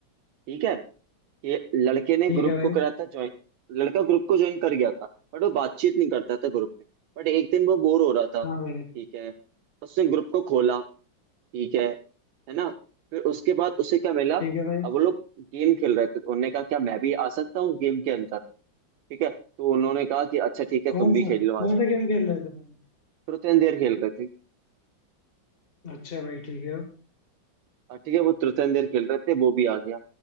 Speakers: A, on the right; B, on the left.
A: ठीक है ये लड़के ने
B: ठीक
A: ग्रुप
B: है भाई
A: को करा था ज्वाइन लड़का ग्रुप को ज्वाइन कर गया था बट वो बातचीत नहीं करता था ग्रुप में बट एक दिन वो बोर हो रहा था
B: हाँ भाई
A: ठीक है उसने ग्रुप को खोला ठीक है है ना फिर उसके बाद उसे क्या मिला
B: ठीक है भाई
A: अब वो लोग गेम खेल रहे थे तो उन्होंने कहा क्या मैं भी आ सकता हूँ उस गेम के अंदर ठीक है तो उन्होंने कहा कि अच्छा ठीक है तुम
B: कौन
A: भी
B: सा
A: खेल लो आ
B: कौन
A: जाओ
B: सा गेम खेल रहे थे भाई
A: तुरंतन देर खेल रहे थे
B: अच्छा भाई ठीक है
A: और ठीक है वो तुरंतन देर खेल रहे थे वो भी आ गया